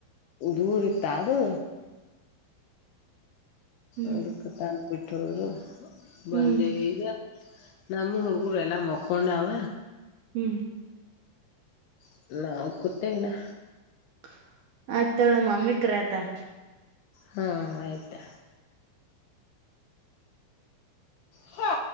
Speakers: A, on the left; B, on the right.
A: ದೂರಿ ಇತ್ತ ಅದು?
B: ಹ್ಮ್
A: ಅದು ತಂದ್ ಬಿಟ್ ಹೋದ್ರು ಬಂದೇವ್
B: ಹ್ಮ್
A: ಈಗ. ನಮ್ ಹುಡ್ಗರು ಎಲ್ಲಾ ಮಕ್ಕೊಂಡವ
B: ಹ್ಮ
A: <unintelligible> ಕುತ್ತೇಯಿಲ್ಲ.
B: <unintelligible> ಮಮ್ಮಿ <unintelligible> ಅದ
A: ಹಾ ಆಯ್ತಾ? ಹಾ